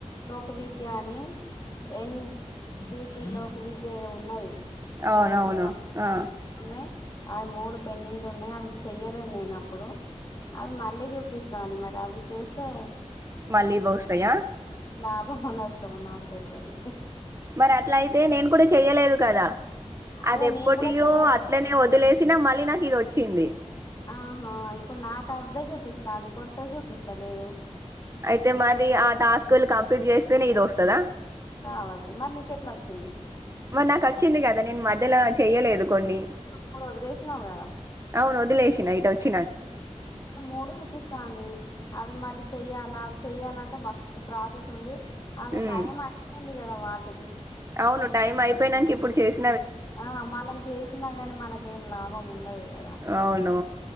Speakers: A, on the left (about 35°); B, on the right (about 25°).
A: లోక్ విద్యా అని ఎన్ డీసీ లోక్ విద్య ఏదో ఉన్నది
B: అవునవును
A: పేరు సం
B: ఆ
A: ఉన్నాయి అవి మూడు పెండింగ్లు ఉన్నాయి. అవి చెయ్యలేదు నేన్ అప్పుడు, అవి మళ్ళీ చూపిస్తాంది మరి అవి చేస్తే
B: మళ్ళీ వోస్తాయా
A: లాభము నష్టము నాకు తెలివది
B: మరి అట్ల అయితే నేను కూడా చెయ్యలేదు కద
A: అదే
B: అది ఎప్పటివో
A: నేను కూడా చెయ్యలే
B: అట్లనే వదిలేసి చిన మళ్ళీ నాకు ఇది వచ్చింది
A: ఆహా ఇప్పుడు నాకు అవ్వే చూపిస్తా అది కొత్తది చూపిస్తా లేదు
B: అయితే మాది ఆ టాస్కు కంప్లీట్ చేస్ తేనె ఈ దోస్తదా
A: కావచ్చు మరి నీకెట్లా వచ్చింది
B: మరి నాకు వచ్చింది కదా, నేను మధ్యలో చెయ్యలేదు కొన్ని
A: అప్పుడు వదిలేసినావు కదా
B: అవును వదిలేసి <unintelligible>
A: మూడు చూపిస్తుంది అవి మరి చెయ్యాలా అవి చెయ్యాలంటే మస్తు ప్రాసెస్ ఉంది అవి
B: ఉమ్
A: టైం అంటే డి కదా వాట్
B: అవును టైమ్ అయిపోయినాంక ఇప్ పుడు చేసి
A: ఆ మనం చేసినా కాని మనకి ఏం లాభం ఉండదు కదా
B: అవును